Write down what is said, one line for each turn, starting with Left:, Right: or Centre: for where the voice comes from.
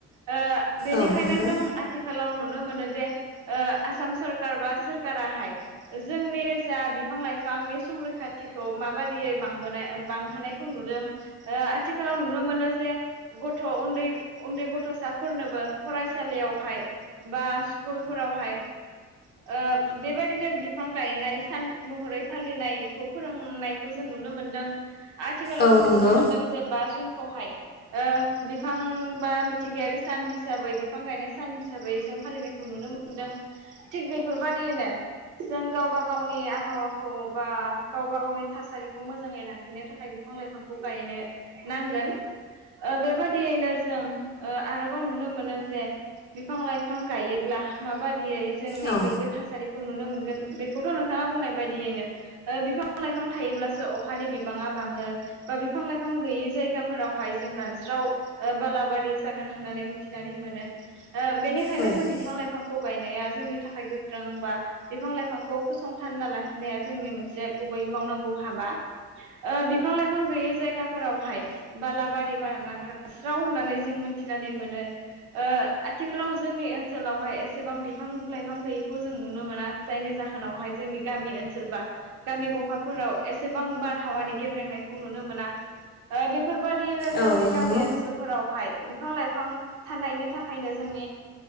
Right: ओ बेनिखायनो
Left: औ नंगौ
Right: जों आथि खालाव नुनो मोनोजे ओ आसाम सरखार बा सोरखाराहाय जोंनि जा बिफां लाइफांनि संरैखाथिखौ माबायदियै बांबोनाय बांहोनायखौ नुदों ओ आथिखालाव नुनो मोनो जे गथ' उन्दै उन्दै गथ'साफोरनोबो फरायसालियावहाय बा स्कुलफोरावहाय ओ बेबायदिनो बिफां गायनाय सान महरै फालिनायखौ फोरोंनायखौ जों नुनो मोनदों आथिखालाव
Left: औ
Right: जों
Left: नंगौ
Right: नुनो मोनदों। जे बा जुनखौहाय ओ बिफां बा मिथिंगायारि सान हिसाबै बिफां गायनाय सान हिसा बै जों फालिनायखौ नुनो मोनदों थिग बेफोरबायदिनो जों गावबा गावनि आबहावाखौ बा गावबा गावनि थासारिखौ मोजाङै लाखिनो थाखाय बिफां लाइफांखौ गायनो नांगोन ओ बेबादियैनो जों ओ आरोबाव नुनो मोनो जे बिफां लाइफां गायोब्ला माबादियै जोंनि
Left: औ
Right: गोग्गो थासारि खौ नुनो मोनगोन बेखौथ' नोंथाङा बुंनाय बायदियैनो ओ बिफां लाइफां थायोब्लासो अखानि बिबाङा बाङो बा बिफां लाइ फां गैयि जायगाफोरावहाय जों रानस्राव ओ बालाबारि जागोन होननानै मिथिनानै मोनो। ओ बेनिखायनो
Left: औ
Right: जों बिफां लाइफां खौ गायनाया जोंनि थाखाय गोख्रों बा बिफां लाइफांखौ फसंथानना लाखिनाया जोंनि मोनसे गुबै मावनांगौ हाबा ओ बिफां लाइफां गैयै जायगा फोरावहाय बालाबारि बानागास्राव होननानै जों मिथिनानै मोनो ओ आथिखालाव जोंनि ओनसोलावहाय एसेबां बिफां लाइफां गैयैखौ जों नुनो मोना जायनि जाहोनावहाय जों नि गामि ओनसोल बा गामि गफाफोराव एसेबां बारहावानि गेब्रेंनायखौ नुनो मोना। ओ बेफोरबायदिनो जोंनि
Left: औ नंगौ
Right: गामि ओनसोलफोरावहाय बिफां लाइफां थानायनि थाखायनो जोंनि